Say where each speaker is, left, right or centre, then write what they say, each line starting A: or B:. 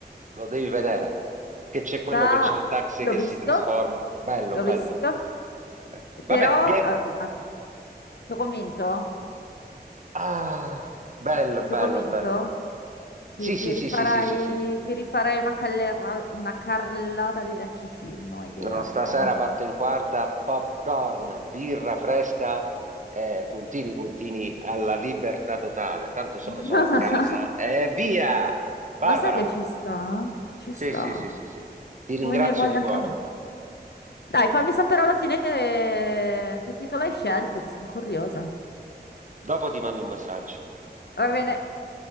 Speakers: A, on the right (about 45°); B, on the left (about 75°).
A: lo devi vedere, che c'è quello
B: Da-
A: che c'è il taxi
B: L'ho
A: che
B: visto,
A: si trasforma. Bello,
B: l'ho
A: bello.
B: visto,
A: Beh, Vabbè,
B: però...
A: vie-
B: eh, ma- Ti ho convinto?
A: Ah, bello, bello,
B: Ti ho convinto?
A: bello, bello.
B: Ti,
A: Sì,
B: ti
A: sì,
B: rifarai,
A: sì, sì, sì, sì, sì.
B: ti rifarai una, callerra- una carrellata dei vecchi film, ho idea.
A: No, stasera
B: Mm?
A: parto in quarta, popcorn, birra fresca e puntini puntini alla libertà totale. Tanto sono
B: <laughs>
A: solo a casa e via! Barbara,
B: Ma sai che ci sta? Ci
A: sì,
B: sta.
A: sì, sì, sì, sì. Ti ringrazio
B: Tu venire voglia
A: di cuore.
B: anche a me. Dai, fammi sapere alla fine che, che titolo hai scelto, che sono curiosa.
A: Dopo ti mando un messaggio.
B: Va bene.